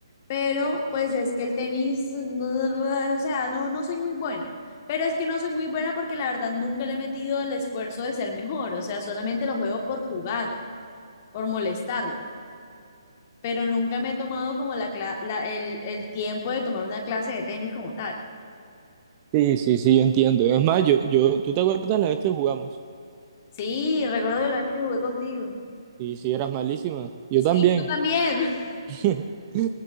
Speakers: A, on the left; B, on the right.
A: pero pues es que el tenis, no- o sea, no, no soy muy buena. Pero es que no soy muy buena porque la verdad nunca le he metido el esfuerzo de ser mejor. O sea, solamente lo juego por jugarlo, por molestarlo. Pero nunca me he tomado como la, cla- la- el, el tiempo de tomar una clase de tenis como tal.
B: Sí, sí, sí, yo entiendo. Es más, yo, yo, ¿tú te acuerdas la vez que jugamos?
A: Sí, recuerdo la vez que jugué contigo.
B: Y si eras malísima, yo
A: Sí,
B: también.
A: tú también. <laughs>
B: <laughs>